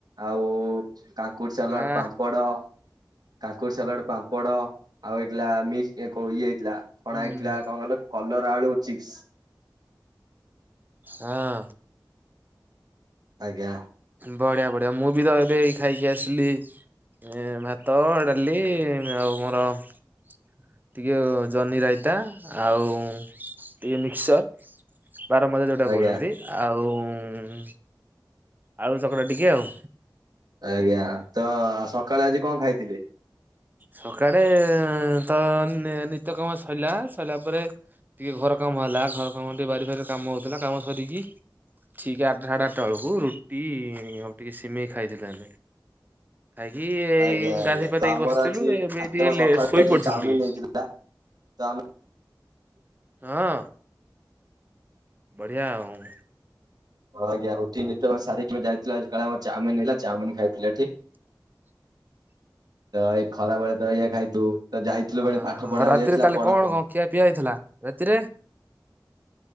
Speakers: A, on the right; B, on the right.
A: ଆଉ କାଙ୍କୁର ସାଲଡ଼
B: ଆଁ
A: ପାମ୍ପଡ଼। କାକୁଡି ସାଲାଡ ପାମ୍ପଡ ଆଉ ମିକ୍ସ ଇଏ ଥିଲା ଛଣା
B: ହୁଁ
A: ହେଇଥିଲା କଣ କହିଲ କଲରା ଆଳୁ ଚିପ୍ସ।
B: ହଁ।
A: ଆଜ୍ଞା।
B: ବଢିଆ ବଢିଆ ମୁଁ ବି ତ ଏବେ ଖାଇକି ଆସିଲି। ଏ ଭାତ ଡାଲି ଆଉ ମୋର ଟିକେ ଜହ୍ନି ରାଇତା ଆଉ ଟିକେ ମିକ୍ସର। ବାରମଜା ଯୋଉଟା
A: ଆଜ୍ଞା
B: କହୁଛନ୍ତି ଆଉ ଉଁ ଆଳୁ ଚକଟା ଟିକେ ଆଉ
A: ଆଜ୍ଞା ତ ସକାଳେ ଆଜି କଣ ଖାଇଥିଲେ?
B: ସକାଳେ ତ ନିତ୍ୟ କାମ ସରିଲା ସରିଲା ପରେ ଟିକେ ଘର କାମ ହେଲା ଘର କାମ ଟିକେ ବାରି ଫାରିରେ କାମ ହଉଥିଲା କାମ ସରିକି ଠିକ୍ ଆଠଟା ସାଢେ ଆଠଟା ବେଳକୁ ରୁଟି ଆଉ ଟିକେ ସିମେଇ ଖାଇଥିଲେ। ଯାଇକି ଏଇ
A: ଆଜ୍ଞା ଆଜ୍ଞା
B: ଗାଧୋଇ ପାଧେଇେ
A: ତ ଆମର
B: କି ବସ ଥିଲୁ
A: ଆଜି
B: ଏବେ
A: ଆଜି
B: ଟିକେ
A: ଆମ ସକାଳେ
B: ଶୋଇ
A: ଏଠି
B: ପଡିଥିଲୁ
A: ଚାଉମିନ
B: ଟିକେ।
A: ହେଇଥିଲା ତ ଆମେ
B: ହଁ। ବଢିଆ ଆଉ।
A: ହ ଆଜ୍ଞା ଉଠିକି ନିତ୍ଯକର୍ମ ସାରି ଯାଇଥିଲୁ ଚାଉମିନ ହେଇଥିଲା ଚାଉମିିନ ଖାଇଥିଲେ ଏଠି।
B: ।
A: ତ ଏଇ ଖରା ବେଳେ ତ ଏଇ ଖାଇ ତୁ। ତ ଯାଇଥିଲୁ
B: ଓହୋ
A: ବେଳେ ପାଠ ପଢାକୁ
B: ଆଉ ରାତିରେ
A: ଯାଇଥିଲା
B: କାଲି
A: ପଢା
B: କଣ
A: ପଢି।
B: କଣ ଖିଆ ପିଆ ହେଇଥିଲା ରାତିରେ?